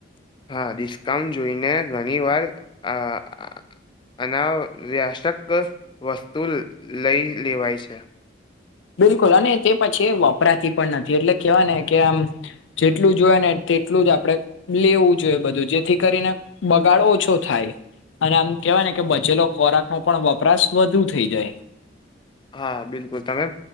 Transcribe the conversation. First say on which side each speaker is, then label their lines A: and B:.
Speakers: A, on the left (about 25°); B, on the left (about 80°).
A: હા ડિસ્કાઉન્ટ જોઈને ઘણી વાર આ અ- અનાવ્યાશક વસ્તુ લઈ લેવાય છે.
B: બિલકુલ અને તે પછી વપરાતી પણ નથી એટલે કેહેવાય ને કે આમ- જેટલું જોએ ને તેટલું જ આપણે- લેવું જોઈએ બધું જેથી કરીને બગાડ ઓછો થાય- અને આમ કેવાય ને કે બચેલો ખોરાક નો પણ વપરાશ વધુ થઇ જાય-
A: હા બિલકુલ તમે